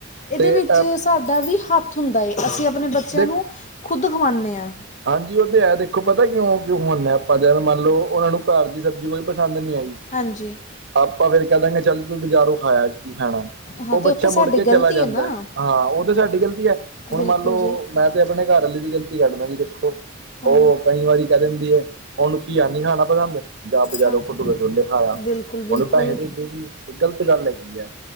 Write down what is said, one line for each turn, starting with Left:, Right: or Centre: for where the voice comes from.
Left: ਇਹਦੇ
Right: ਤੇ
Left: ਵਿੱਚ
Right: ਅ
Left: ਸਾਡਾ ਵੀ ਹੱਥ ਹੁੰਦਾ ਏ ਅਸੀਂ ਆਪਣੇ ਬੱਚਿਆਂ
Right: ਦੇਖ
Left: ਨੂੰ ਖੁਦ ਖਵਾਉਂਦੇ ਹਾਂ
Right: ਹਾਂਜੀ ਉਹ ਤੇ ਹੈ ਦੇਖੋ ਪਤਾ ਕਿਉਂ ਕਿਉਂ ਹੁੰਣਦੇ ਆਪਾਂ ਜਿਵੇਂ ਮੰਨ ਲਓ ਉਹਨਾਂ ਨੂੰ ਘਰ ਦੀ ਸਬਜ਼ੀ ਕੋਈ ਪਸੰਦ ਨਹੀਂ ਆਈ
Left: ਹਾਂਜੀ
Right: ਆਪਾਂ ਫੇਰ ਕਹਿ ਦਾਂਗੇ ਚੱਲ ਤੂੰ ਬਜ਼ਾਰੋਂ ਖਾਇਆ ਕੀ ਖਾਣਾ
Left: ਹਾਂ
Right: ਉਹ
Left: ਤੇ
Right: ਬੱਚਾ
Left: ਉੱਥੇ ਸਾਡੀ
Right: ਮੁੜ ਕੇ
Left: ਗਲਤੀ
Right: ਚਲਾ ਜਾਂਦਾ
Left: ਹੈ ਨਾ
Right: ਹਾਂ ਉਹ ਤਾਂ ਸਾਡੀ ਗ਼ਲਤੀ ਹੈ ਹੁਣ
Left: ਬਿਲਕੁਲ
Right: ਮੰਨ ਲਓ,
Left: ਜੀ
Right: ਮੈਂ ਤੇ ਆਪਣੇ ਘਰ ਵਾਲੇ ਦੀ ਗ਼ਲਤੀ ਕਰਢਦਾ ਜੀ ਦੇਖੋ
Left: ਹਾਂ
Right: ਉਹ ਕਈ ਵਾਰੀ ਕਹਿ ਦਿੰਦੀ ਹੈ। ਉਹਨੂੰ ਘਆ ਨੀ ਖਾਣਾ ਪਸੰਦ ਜਾਂ ਬਜਾਰੋਂ
Left: ਹਾਂ
Right: ਭਟੂ ੋਲੇ ਖਾਇਆ
Left: ਬਿਲਕੁਲ ਬਿਲਕੁਲ
Right: ਉਹਨੂੰ ਪੈਸੇ ਦੇ ਇੱਦੇ ਕੀ, ਇਹ ਗਲਤ ਗੱਲ ਹੈਗੀ ਹੈ